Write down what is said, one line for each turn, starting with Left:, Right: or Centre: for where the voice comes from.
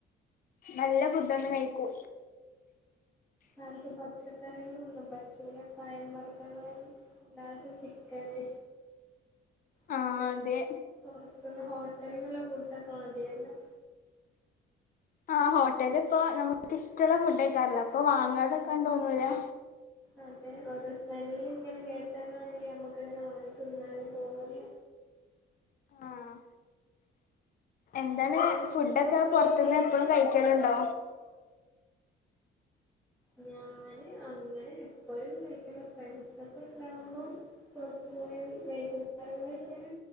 Left: നല്ല ഫുഡ് ഒന്ന് കഴിക്കൂ
Centre: അവർക്ക് പച്ചക്കറികള് ഒന്നും പറ്റൂല പയം വർഗങ്ങളും എല്ലാർക്കും ചിക്കന് അങ്ങനെ
Left: ആഹ് അതെ
Centre: പുറത്തുന്ന് ഹോട്ടലിന് ഉള്ള ഫുഡ് ഒക്കെ മതിയല്ലോ
Left: ആഹ് ഹോട്ടല് ഇപ്പോ നമ്മുക്ക് ഇഷ്ടമുള്ള ഫുഡ് കയിക്കാറില്ലോ അപ്പൊ വാങ്ങാതെക്കാൻ തോന്നൂലാ
Centre: അതെ ഓരോ സ്മല്ല് ഇങ്ങനെ കേട്ടാലാണെങ്കി ഞമ്മക്ക് ഇങ്ങനെ വാങ്ങി തിന്നാലും തോന്നൂല്ലെ
Left: ആഹ് എന്താണ്
Centre: നിങ്ങള്
Left: ഫുഡൊക്കെ
Centre: കുക്കൊക്കെ ഇങ്ങള്
Left: പൊറത്തുന്ന്
Centre: ചെയ്യലാ
Left: എപ്പോഴും കഴിക്കലുണ്ടോ
Centre: ഞാന് അങ്ങനെ എപ്പോഴും കഴിക്കല് ഫ്രണ്ട്സ്‌ ഒക്കെ ഉണ്ടാവുമ്പോം പൊറത്തു പോയി വൈകുന്നേരങ്ങിൽ ഇങ്ങനെ